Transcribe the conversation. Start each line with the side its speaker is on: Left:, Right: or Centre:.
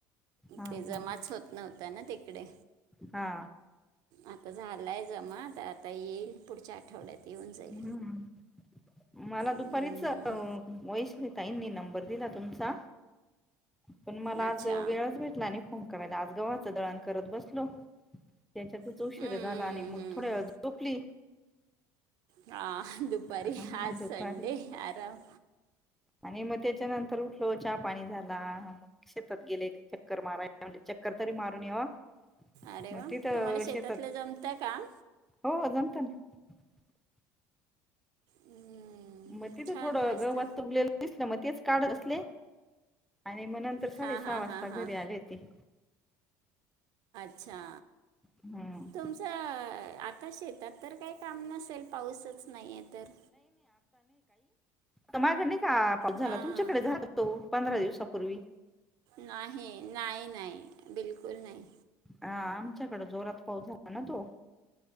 Centre: हा
Right: ते जमाच
Centre: हा
Right: होत नव्हत ना ते इकडे
Centre: हा
Right: आता झालाय जमा तर आता येईल पुढच्या आठवड्यात
Centre: हं
Right: येऊन जाईल
Centre: मला दुपारीच
Right: हम्म,
Centre: वैशा ताईंनी नंबर दिला तुमचा. पण मला
Right: अच्छा
Centre: आज वेळच भेटला नाही फोन म्हणलं आज गव्हाचं दळण करत बसलो. त्याच्यातच
Right: हम्म,
Centre: उशीरा झाला आणि मग
Right: हम्म.
Centre: थोड्या वेळ झोपली.
Right: हा दुपारी
Centre: हा
Right: आज
Centre: दुपारी
Right: संडे आराम.
Centre: आणि मग त्याच्यानंतर उठलो चहा पाणी झाला मग शेतात गेले चक्कर मारायला चक्कर तरी मारून यावा
Right: अरे
Centre: मग
Right: वा
Centre: तिथ
Right: तुम्हाला शेतातलं
Centre: शेतात
Right: जमतं काम
Centre: हो जमतं ना. <unintelligible>
Right: हम्म,
Centre: मग तिथं
Right: छान
Centre: थोडं
Right: मस्त
Centre: गवात उरलेलं दिसल मग तेच काढत बसले. आणि मग नंतर साडे
Right: हां
Centre: सहा
Right: हां
Centre: वाजता
Right: हां
Centre: घरी
Right: हां
Centre: आले होते.
Right: अच्छा
Centre: हम्म
Right: तुमचं आता शेत त्यात तर काय काम नसेल पाऊसच नाहीये तर
Centre: त मागने का झाला
Right: हां
Centre: तुमच्याकडे झाला तो पंधरा दिवसापूर्वी
Right: नाही नाही नाही बिलकुल नाही.
Centre: हा आमच्याकडे जोरात पाऊस झाला ना तो.